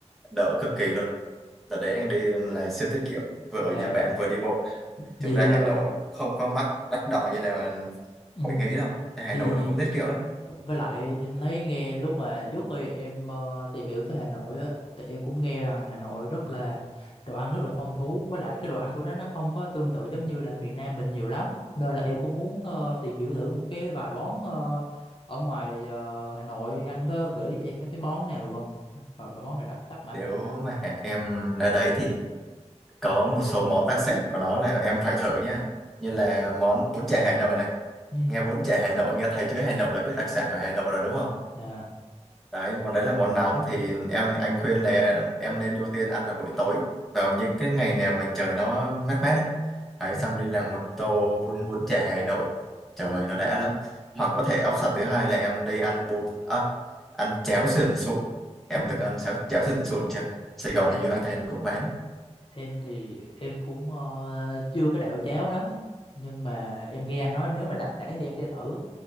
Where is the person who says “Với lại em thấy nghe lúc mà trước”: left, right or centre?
Left